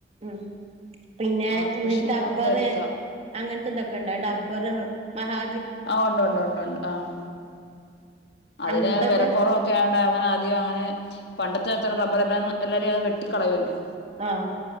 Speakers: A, on the right; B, on the left.
A: ഉം പിന്നെ
B: ആ കൃഷി എല്ലാവർക്കും
A: ഡബ്ബർ
B: ഒരു ഇതാ
A: അങ്ങനത്തെ എന്തൊക്കെ ഉണ്ട ഡബ്ബർ മഹാ
B: ആഹ് ഉണ്ട് ഉണ്ട് ഉണ്ട് ഉണ്ട് ആഹ് അതിന്
A: അങ്ങനത്തൊക്കെ
B: വിലക്കുറവൊക്കെ ടെ അങ്ങനെ ആദ്യം അങ്ങനെ പണ്ടത്തെ അത്ര റബർ എല്ലാം എല്ലാരും അങ്ങ് ട്ടിക്കളയ്യല്ല്യോ
A: ആഹ്